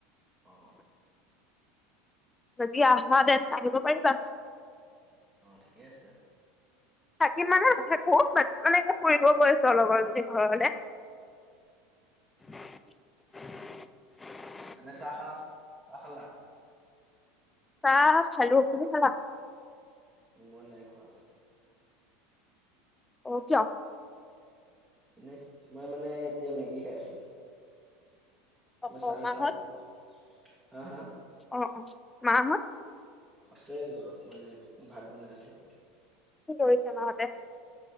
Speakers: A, on the right; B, on the left.
A: অ,
B: যদি আহা তেন্তে আহিব পাৰিবা।
A: অ ঠিকেই আছে।
B: থাকিম মানে নাথাকো বাট মানে এনে ফুৰিব গৈছো লগৰ জনীৰ ঘৰলে। <inaudible>
A: আ চাহ খাহ চাহ খলা।
B: চাহ খালো তুমি খালা।
A: মই নাই খোৱা।
B: অ কিয়।
A: এনেই মই মানে এতিয়া মেগী খাই আছো।
B: অ
A: মই চাহ
B: অ মাহত
A: নাখাও ৰাতিপুৱা হা হা।
B: অ অ মাহত।
A: আছে ঘৰত মানে ভাত বনাই আছে চাগে।
B: কি কৰিছে মাহঁতে।